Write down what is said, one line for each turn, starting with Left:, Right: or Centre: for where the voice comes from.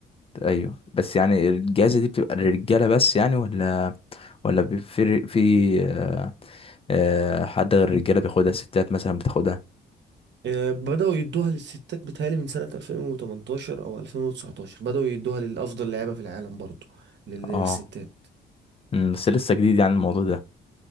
Left: ايوه بس يعني الجائزه دي بتبقى للرجاله بس يعني ولا ولا بي- في في آه، آه، حد غير الرجاله بياخدها ستات مثلا بتاخدها
Right: آه، بدأوا يدوها للستات بتهيألي من سنة 2018 أو 2019 بدأوا يدوها للأفضل لعيبة في العالم برضو للستات
Left: اه أمم، بس لسه جديد يعني الموضوع ده